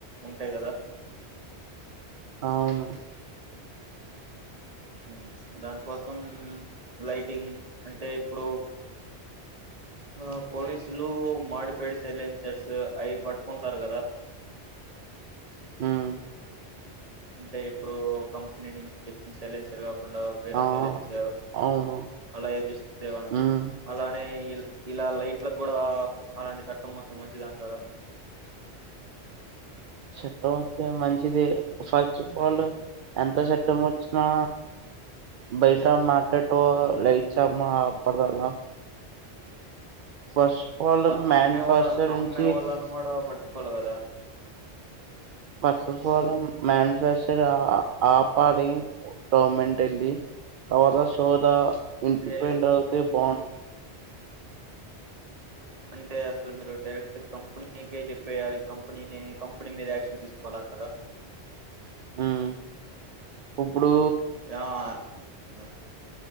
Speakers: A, on the right (about 35°); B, on the right (about 60°).
A: ఉంటాయి కదా
B: అవును.
A: మ్. దానికోసం లైటింగ్ అంటే ఇప్పుడు ఆ పోలీసులు మాడీఫైడ్ సైలెంసర్స్ అయి పట్టుకుంటారు కదా
B: హ్మ్.
A: అంటే ఇప్పుడు కంపెనీ నుంచి తెచ్చిన సైలెన్సర్ కాకు ండా వేరే
B: ఆ!
A: సైలెన్సర్
B: అవును.
A: అలా ఏపిస్తేన
B: హ్మ్.
A: అలానే ఇలా లైట్లకు కూడా అలాంటి చట్టం మస్తు మంచిదంటారు.
B: <unintelligible> చట్టం వస్తే మంచిది ఫస్ట్ ఆఫ్ ఆల్ ఎంత చట్టం వచ్చినా బయట మార్కెటు లేైచ్చమాప్పటిదాక ఫస్ట్ ఆఫ్ ఆల్
A: అ
B: మాన్యుఫ్యాక్చర్
A: అమ్మే వాళ్ళ అమ్మే
B: నుంచి
A: వాళ్ళను కూడా పట్టుకోల్ల కదా
B: ఫస్ట్ ఆఫాల్ మ్యానుఫాక్చర్ ఆ ఆపాలి. గవర్నమెంట్ అండి. పవర సో తా నేన్చెప్పియిన
A: అంటే
B: రోజే బాండ్
A: అంటే అసలు మీరు డైరెక్ట్ కంపెనీకే చెప్పేయాలి. కంపెనినే కంపెనీ మీదే యాక్షన్ తీసుకోవాల కదా
B: <unintelligible> హ్మ్. ఇప్పుడు
A: యా మ్